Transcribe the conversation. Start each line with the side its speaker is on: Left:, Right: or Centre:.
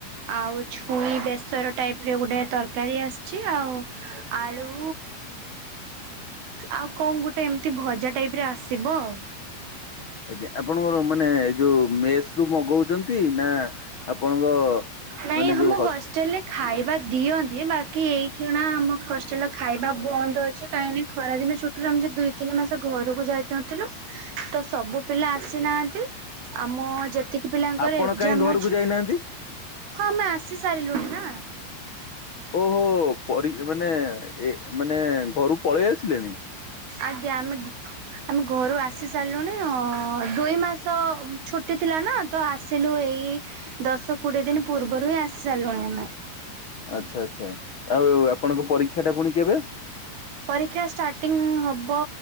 Right: ଆଉ ଛୁଇଁ ବେସର ଟାଇପ ରେ ଗୋଟେ ତର ତରକାରୀ ଆସିଚି ଆଉ ଆଳୁ ଆଉ କଣ ଗୋଟେ ଏମିତି ଭଜା ଟାଇପ ରେ ଆସିବ ଆଉ।
Left: ଆଜ୍ଞା ଆପଣଙ୍କର ମାନେ ଏ ଯୋଉ ମେସ ରୁ ମଗଉଛନ୍ତି। ନା ଆପଣଙ୍କ
Right: ନାଇଁ
Left: ମାନେ ଯୋଉ
Right: ଆମ ହଷ୍ଟେଲରେ ଖାଇବା ଦିଅନ୍ତି। ବାକି ଏଇ କ୍ଷଣା ଆମ ହଷ୍ଟେଲ ଖାଇବା ବନ୍ଦ ଅଛି। କାହିଁକି ଖରା ଦିନଛୁଟିରୁ ଆମେ ଦୁଇ ତିନି ମାସ ଘରକୁ ଯା ନଥିଲୁ ତସବୁ ପିଲା ଆସିନାହାନ୍ତି। ଆମ ଯେତିକ ପିଲାଙ୍କର
Left: ଆପଣ
Right: ଏକଜାମ
Left: କାହିଁ ଘରକୁ
Right: ଅଛି।
Left: ଯାଇନାହାନ୍ତି?
Right: ହଁ ଆମେ ଆସି ସାରିଲୁଣି ନା?
Left: ଓହୋ ପରି ମାନେ ଏ ମାନେ ଘରୁ ପଳେଇ ଆସିଲେଣି?
Right: ଆଜ୍ଞା ଆମେ ଗ ଆମେ ଘରୁ ଆସି ସାରିଲୁଣି ଅ ଦୁଇ ମାସ ଛୁଟି ଥିଲା ନା ତ ଆସିଲୁ ଏ ଏଇ ଦଶ କୋଡିଏ ଦିନ ପୂର୍ବରୁ ହିଁ ଆସି ସାରଲିଲୁଣି ଆମେ।
Left: ଆଚ୍ଛା ଆଚ୍ଛା ଆଉ ଆପଣଙ୍କ ପରୀକ୍ଷା ଟା ପୁଣି କେବେ?
Right: ପରୀକ୍ଷା ଷ୍ଟାର୍ଟିଂ ହବ